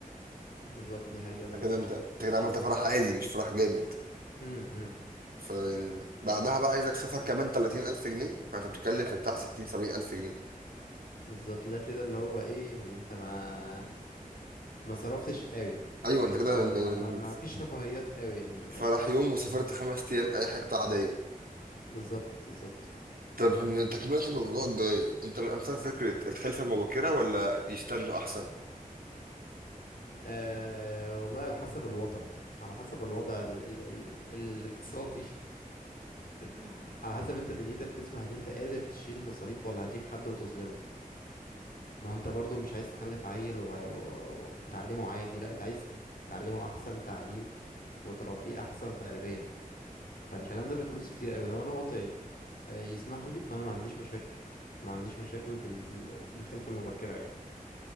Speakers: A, on the left; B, on the right.
A: بالظبط دي حقيقه
B: انت
A: للاسف
B: كده انت انت كده عملت فرح عادي مش فرح جامد
A: امم
B: فبعدها بقى عايزك سفر كمان 30000 جنيه فانت بتتكلم في بتاع 60 70000 جنيه
A: بالظبط ده كده اللي هو ايه يعني انت ما ما صرفتش قوي
B: ايوه انت كده
A: او
B: يعني
A: ما ما ما فيش رفاهيات قوي يعني من
B: فرح
A: الاخر
B: يوم وسافرت خمس ايام اي حته عاديه
A: بالظبط بالظبط
B: طب من تكمله الموضوع الجواز انت من انصار فكره الخلفه المبكره ولا يستنوا احسن
A: أه والله على حسب الوضع على حسب الوضع ال ال ال الاقتصادي <laughs> على حسب انت دنيتك تسمح ان انت قادر تشيل مصاريف ولا هتجيب حد وتظلمه ما هو انت برضو مش عايز تخلف عيل وع... و- و- وتعلمه عادي لا انت عايز تت- تعلمه احسن تعليم وتربيه احسن تربية فالكلام ده بفلوس كتير قوي لو انا وضعي آه، يسمح لي فانا ما عنديش مشاكل ما عنديش مشاكل بال... بال... بالخلفة المبكرة يعني